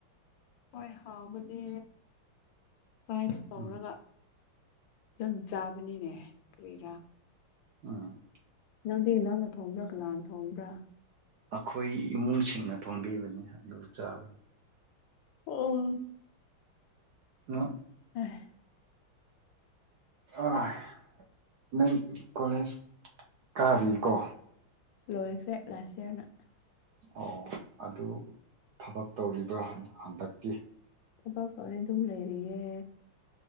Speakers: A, on the left; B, on the right.
A: ꯍꯣꯏ ꯍꯥꯎꯕꯅꯦ ꯐ꯭ꯔꯥꯏꯁꯨ ꯇꯧꯔꯒ
B: ꯎꯝ
A: ꯖꯟ ꯆꯥꯕꯅꯤꯅꯦ ꯀꯔꯤꯔꯥ
B: ꯎꯝ
A: ꯅꯪꯗꯤ ꯅꯪꯅ ꯊꯣꯡꯕ꯭ꯔꯥ ꯀꯅꯥꯅ ꯊꯣꯡꯕ꯭ꯔꯥ
B: ꯑꯈꯣꯏ ꯏꯃꯨꯡꯁꯤꯡꯅ ꯊꯣꯡꯕꯤꯕꯅꯤ ꯑꯗꯨꯒ ꯆꯥꯕꯅꯤ
A: ꯑꯣ
B: <unintelligible>
A: ꯍꯦ
B: ꯑꯥꯏ ꯅꯪ ꯀꯣꯂꯦꯖ ꯀꯥꯔꯤꯀꯣ
A: ꯂꯣꯏꯈ꯭ꯔꯦ ꯂꯥꯁ ꯏꯌꯥꯔꯅ
B: ꯑꯣ ꯑꯗꯨ ꯊꯕꯛ ꯇꯧꯔꯤꯕ꯭ꯔꯥ ꯍꯟꯗꯛꯇꯤ
A: ꯊꯕꯛ ꯇꯧꯔꯦ ꯑꯗꯨꯝ ꯂꯩꯔꯤꯌꯦ